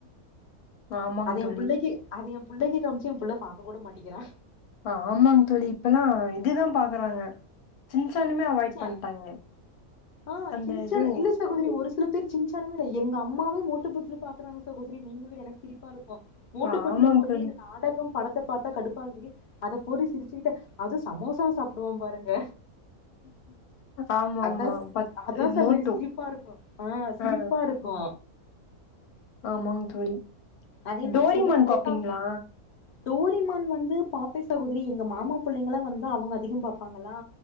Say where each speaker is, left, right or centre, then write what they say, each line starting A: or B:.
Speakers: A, on the left; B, on the left.
A: ஆமாங்க
B: அது ஏம்
A: தோழி
B: புள்ளைக்கி அது ஏம் புள்ளைக்கி காமிச்சி ஏம் புள்ள பாக்கக் கூட மாட்டிக்கிறா
A: அ ஆமாங் தோழி இப்பல்லா இதுதா பாக்குறாங்க சின்சானுமே அவாய்ட்
B: சான்
A: பண்ணிட்டாங்க
B: ஆ
A: அந்த
B: சிங்சான்
A: இது
B: இல்ல சகோதரி ஒரு சில பேர் சின்சான் இல்ல எங்க அம்மாவே மோட்டு பத்லு பாக்குறாங்க சகோதரி நீங்க வே எனக்கு சிரிப்பா இருக்கு மட்டு
A: ஆ,
B: பட்லு
A: ஆமாங்க
B: போர்றீ
A: தோழி
B: இந்த நாடகம் படத்த பாத்தா கடுப்பாகுதுடி அத போர்றீ சிரிச்சிக்கிட்டு அது சமோசா சாப்டுவா பாருங்க
A: ஆமா
B: அதா
A: ஆமா பத்
B: அதா
A: இது
B: சகோதரி
A: மோட்டு
B: சிரிப்பா இருக்கு ஆ சிரிப்பா
A: அ அ
B: இருக்கு
A: ஆமாங் தோழி
B: அதே மாரி
A: டோரிமான்
B: சொல்லி தோட்டா
A: பாப்பீங்ளா
B: டோரிமான் வந்து பாப்பே சகோதரி எங்க மாமா புள்ளைங்களா வந்தா அவங்க அதிகம் பாப்பாங்களா